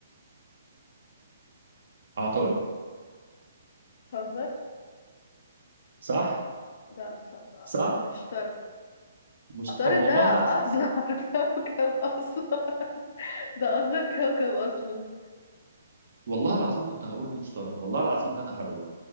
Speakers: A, on the right; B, on the left.
A: عطارد
B: تهزر
A: صح
B: ده مش صح
A: صح
B: المشتري
A: مش...
B: عطارد
A: طب والله
B: ده اصغر
A: العظيم
B: <laughs> كوكب اصلا ده اصغر كوكب اصلا
A: والله العظيم كنت هقول المشتري والله العظيم ده تحرر